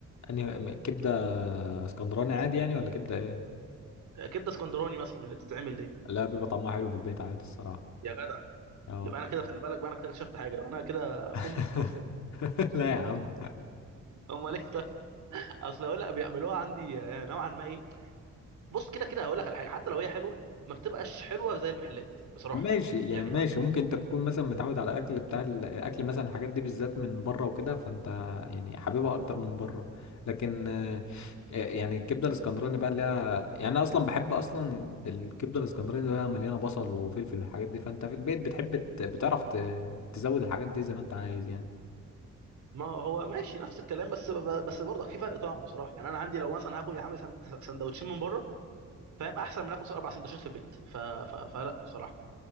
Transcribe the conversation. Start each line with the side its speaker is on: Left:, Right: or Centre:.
Left: انهي م- كبده اسكندراني
Right: كبده
Left: عادي
Right: اسكندراني
Left: يعني ولا
Right: يعني
Left: كبده ايه
Right: آه، كبده اسكندراني مثلا من اللي بتتعمل دي
Left: لا بيبقى طعمها حلو في البيت عادي الصراحه
Right: يا جدع
Left: اه
Right: يبقى انا كده خلي بالك بقى انا كده اكتشفت حاجه يبقى انا كده امي
Left: <laughs>
Right: ما بتعرفش تطبخ
Left: لا يا عم
Right: امال ايه طيب اصل هقول لك بيعملوها عندي آه، نوعا ما ايه بص كده كده هقول لك على حاجه حتى لو هي حلوه ما بتبقاش حلوه زي المحلات بصراحه
Left: ماشي يعني
Right: يعني
Left: ماشي ممكن انت تكون مثلا متعود على اكل بتاع ال- الاكل مثلا الحاجات دي بالذات من بره وكده فانت يعني حاببها اكتر من بره لكن آه، آه، يعني الكبده الاسكندراني بقى اللي هي يعني انا اصلا بحب اصلا الكبده الاسكندراني بقى مليانه بصل وفلفل والحاجات دي فانت في البيت بتحب ت- بتعرف ت- تزود الحاجات دي زي ما انت عايز يعني
Right: ما هو ماشي نفس الكلام بس بس برضك في فرق طعم بصراحه يعني انا عندي لو مثلا هاكل يا عم سن- سندوتشين من بره فاهم احسن من اكل اربع سندوتشات في البيت ف... ف... فلا بصراحه